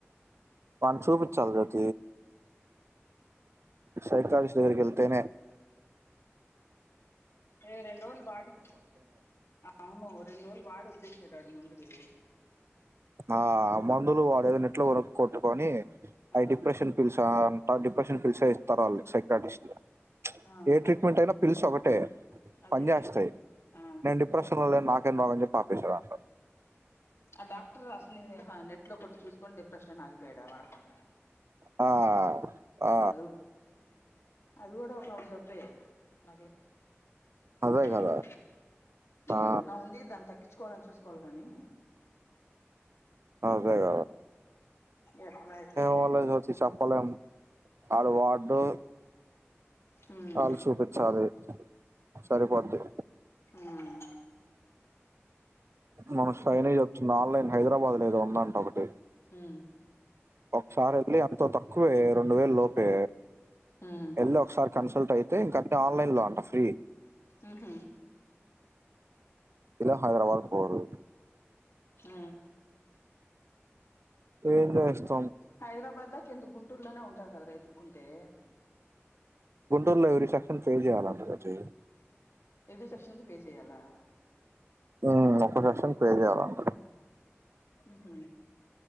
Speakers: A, on the right; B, on the left.
A: పసపి చల్దత సైకా విష దగరుకళ్తేనే
B: అ రెం వోలు బాడు అవును రెం వోళ బడుద్ ఏ ఏడు మందులు
A: ఆ మందులు వాడ ఏదైనా ఇట్లో వరక్ కొట్టుకొని అవి
B: ఆ
A: డిప్రెషన్ పిల్చా డిప్రెషన్ పిలిస్ ఇస్తారు వాళ్ళు సైకలాజస్ట్
B: ఆ
A: ఏ ట్రీట్మెంట్ అయినా పిలుసు ఒకటే
B: అదేలే
A: పని చేేస్తాయి
B: ఆ
A: నేను డిప్రెషన్ లో నాకేం రాగని చెప్పిపేశాారు అంటారు
B: ఆ డాక్టర్ అసని నెట్ లో కొట్టి చూసుకొని డిప్రెషన్ ఆగిపోయాడా వాడకుండా
A: ఆ ఆ
B: అద అది కూడా ఒక జబ్బే నాకే ఏం
A: అదే
B: లేదంన్నా
A: కదా ఆ
B: ఏదన్నా ఉంది దాన్ని తగ్గ చకోవాలని చూసుకోవాలి గాని
A: జగ
B: ఎట్లా ఎట్లయితే
A: వాళజచ్చ చప్పాల ఆ వార్డు
B: ఉమ్
A: వాళ్ళు చూపించాలి సరిపోద్ది
B: ఉమ్
A: మనం సైనే వప్తుంది ఆన్లైన్ హైదరాబాద్ లోదో ఉందంట ఒకటి
B: ఉమ్
A: ఒకసారి వెళ్ళి అంతో తక్కువే రెండు వేలు లోపే
B: ఉమ్
A: వెళ్ళ ఒకసారి కన్సల్ట్ అయితే ఇంకాీ ఆన్లైన్ లో అంట ఫ్రీ
B: హహ
A: ఇలా హైదరాబాద్ పోదు
B: ఆ
A: ఏంట అ
B: హైదరాబాద్ దా కింద గుంటూరులోనే ఉంటారు కదా రైతుక్కుంటే
A: గుంటూరులోవిరి సెక్షన్ పే చేయాలంట క చె
B: ఎవీ సెప్క్షన్ క పే చెయ్యాలా
A: మ్ ఒక్కసేషన్ ప్రే చేయాలంట
B: మ్ హు